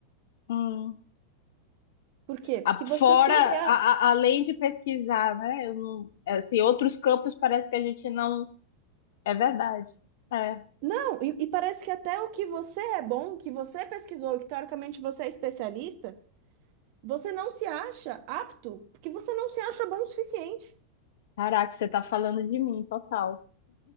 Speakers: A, on the left; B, on the right.
A: Hum.
B: Por quê? Porque
A: A-
B: você
A: Fora,
B: sempre é
A: a- a- além de pesquisar, né? Eu não, assim, outros campos parece que a gente não. É verdade. É.
B: Não, e, e parece que até o que você é bom, que você pesquisou, que teoricamente você é especialista, você não se acha apto, porque você não se acha bom o suficiente.
A: Caraca, você tá falando de mim, total.